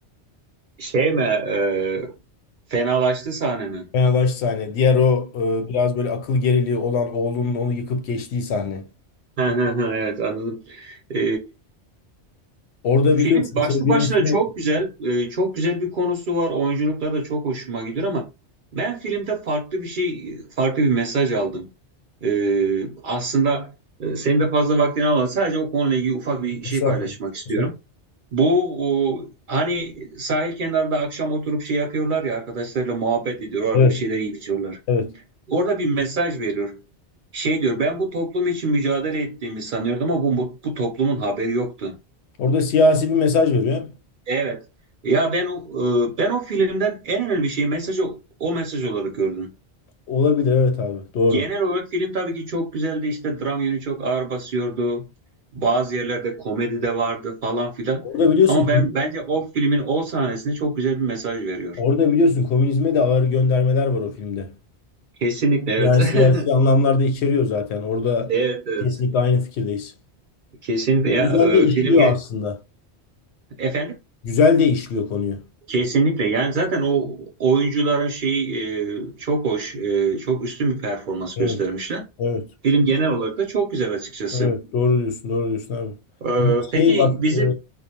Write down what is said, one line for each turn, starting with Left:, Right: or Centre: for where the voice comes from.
Right: Şey mi? e, fenalaştı sahne mi?
Left: Fenabaş sahne. Diğer o e, biraz böyle akıl geriliği olan oğlunun onu yıkıp geçtiği sahne.
Right: Hı, hı, hı, Evet anladım. E,
Left: Orada
Right: Film
Left: biliyorsun
Right: başlı
Left: çocuğun
Right: başına
Left: ismi
Right: çok güzel, e, çok güzel bir konusu var. Oyunculukları da çok hoşuma gidiyor ama ben filmde farklı bir şey, farklı bir mesaj aldım. E, aslında e, senin de fazla vaktini almadan sadece o konuyla ilgili ufak bir
Left: Estağfurullah.
Right: şey paylaşmak istiyorum.
Left: Estağfurullah.
Right: Bu o, hani sahil kenarında akşam oturup şey yapıyorlar ya arkadaşlarıyla muhabbet ediyor, orada
Left: Evet.
Right: bir şeyler yiyip içiyorlar.
Left: Evet.
Right: Orada bir mesaj veriyor. Şey diyor, ben bu toplum için mücadele ettiğimi sanıyordum ama bu, bu bu toplumun haberi yoktu.
Left: Orada siyasi bir mesaj veriyor.
Right: Evet. Ya ben o e, ben o filmden en önemli şeyi mesajı o mesaj olarak gördüm.
Left: Olabilir evet abi. Doğru.
Right: Genel olarak film tabii ki çok güzeldi. işte dram yönü çok ağır basıyordu. Bazı yerlerde komedi de vardı falan filan.
Left: Orada biliyorsun
Right: Ama ben bence o filmin o sahnesinde çok güzel bir mesaj veriyor.
Left: orada biliyorsun komünizme de ağır göndermeler var o filmde.
Right: Kesinlikle evet.
Left: Yani siyasi
Right: <laughs>
Left: anlamlarda içeriyor zaten. Orada
Right: Evet evet.
Left: kesinlikle aynı fikirdeyiz.
Right: Kesinlikle ya
Left: Güzel
Right: e,
Left: de işliyor
Right: film ge-
Left: aslında.
Right: efendim
Left: Güzel de işliyor konuyu.
Right: kesinlikle yani zaten o oyuncuların şeyi e, çok hoş e, çok üstün bir performans
Left: Evet,
Right: göstermişler.
Left: evet,
Right: Film genel olarak da çok güzel açıkçası.
Left: evet. Doğru diyorsun, doğru diyorsun abi.
Right: Ee,
Left: Şey
Right: peki
Left: bak,
Right: bizim
Left: e,